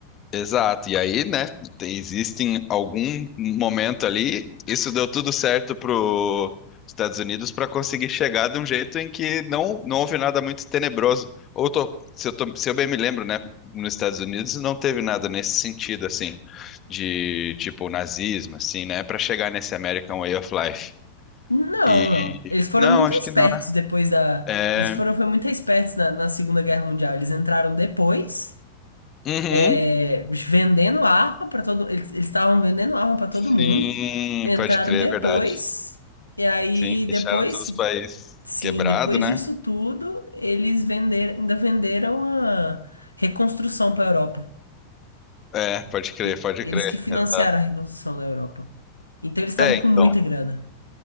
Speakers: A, on the left (about 30°); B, on the left (about 80°).
A: Exato, e aí, né, existem algum momento ali, isso deu tudo certo para os Estados Unidos para conseguir chegar de um jeito em que não, não houve nada muito tenebroso. Ou tô- se eu tô- se eu bem me lembro, né, nos Estados Unidos não teve nada nesse sentido, assim, de tipo nazismo, assim, né, para chegar nesse American Way of Life.
B: Não,
A: E
B: não. Eles foram
A: não,
B: muito
A: acho
B: espertos
A: que não, né?
B: depois da.
A: É,
B: Eles foram foi muito espertos na, na Segunda Guerra Mundial. Eles entraram depois,
A: uhum,
B: é, vendendo arma para todo. Eles eles estavam vendendo arma para todo
A: sim,
B: mundo. Entraram
A: pode crer,
B: depois.
A: é verdade.
B: E aí,
A: Sim,
B: depois
A: deixaram todos os países
B: Sim,
A: quebrado,
B: depois
A: né?
B: disso tudo, eles venderam, ainda venderam a reconstrução para a Europa.
A: É, pode crer,
B: E-
A: pode
B: eles
A: crer.
B: que financiaram
A: Exato.
B: a reconstrução da Europa. Então eles estavam
A: É, então.
B: com muita grana.